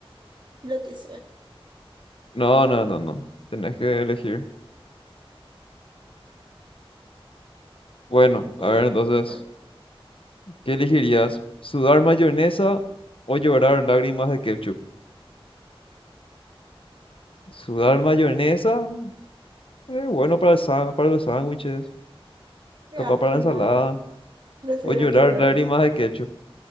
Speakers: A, on the right; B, on the left.
A: lo que sea.
B: No, no, no, no. Tenés que elegir. Bueno,
A: Y,
B: a ver entonces,
A: ah,
B: ¿qué elegirías? ¿Sudar mayonesa o llorar lágrimas de ketchup? Sudar mayonesa, eh, bueno para el sa- para los sándwiches,
A: qué
B: capaz
A: asco,
B: para la ensalada,
A: no. Prefiero
B: o llorar
A: llorar.
B: lágrimas de ketchup.